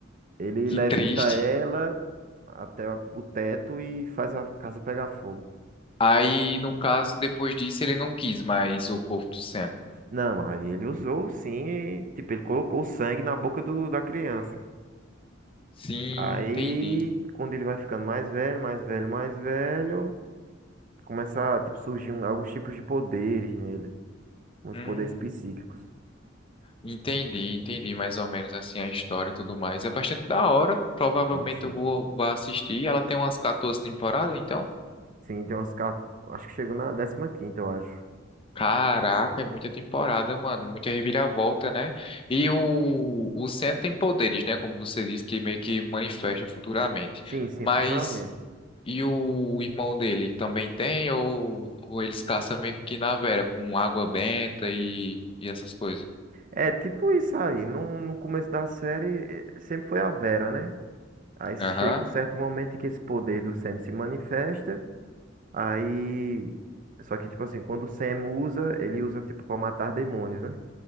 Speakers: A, on the right (about 45°); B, on the left (about 30°).
A: Ele
B: que
A: levita
B: triste.
A: ela até o teto e faz a casa pegar fogo.
B: Aí, no caso, depois disso, ele não quis mais o corpo do Sam.
A: Não, aí ele usou sim, e, tipo, ele colocou o sangue na boca do, da criança.
B: Sim,
A: Aí,
B: entendi.
A: quando ele vai ficando mais velho, mais velho, mais velho, começa a, tipo, surgir um- alguns tipos de poderes nele, uns
B: Hum,
A: poderes psíquicos.
B: entendi, entendi mais ou menos assim a história e tudo mais. É bastante da hora. Provavelmente
A: Sim, sim.
B: eu vou, vou assistir. Ela tem umas 14 temporadas, então?
A: Sim, tem umas, quat- acho que chegou na décima quinta, eu acho.
B: Caraca, é muita temporada, mano. Muita reviravolta, né? E o, o Sen tem poderes, né? Como você disse, que meio que manifesta futuramente.
A: Sim, sim,
B: Mas
A: futuramente.
B: e o irmão dele também tem? Ou, ou eles caçam mesmo que na Vera, com água benta e, e essas coisas?
A: É, tipo isso aí, no, no começo da série eh, sempre foi a Vera, né? Aí chega
B: Aham.
A: um certo momento em que esse poder do Sam se manifesta. Aí. Só que, tipo assim, quando o Sam usa, ele usa, tipo, pra matar demônios, né?